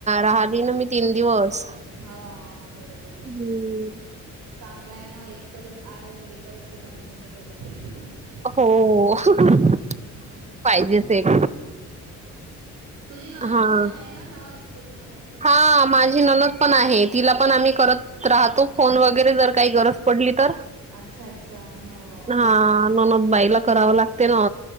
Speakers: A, on the right; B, on the right.
A: राहिली ना मी तीन दिवस
B: हो बरोबर
A: हम्म
B: आहे चांगला आहे ना एक तरी आहे मेडिकल स्टुडंट तुमच्या घरी तर
A: हो
B: हम्म
A: पाहिजेच
B: हम्म
A: एक
B: तुझी ननद
A: हा.
B: पण आहे ना नर्स तुझी ननत
A: हा माझी नलद पण आहे तिला पण आम्ही करत राहतो फोन वगैरे जर काही गरज पडली तर
B: अच्छा अच्छा हो
A: हा न बाईला कराव लागते ना